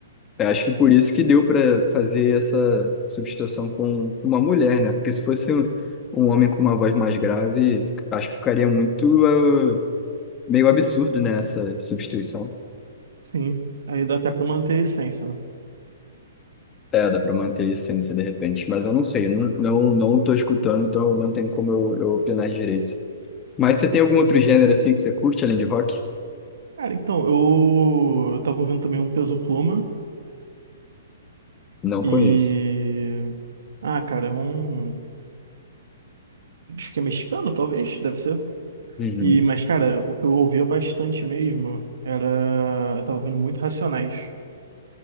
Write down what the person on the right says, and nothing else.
Sim. Aí dá até pra manter a essência, né?
Sim.
Cara, então, eu, eu tava ouvindo também um Peso Pluma
e. Ah, cara, é um. Acho que é mexicano, talvez, deve ser.
E, mas, cara, o que eu ouvia bastante mesmo era. Eu tava ouvindo muito Racionais.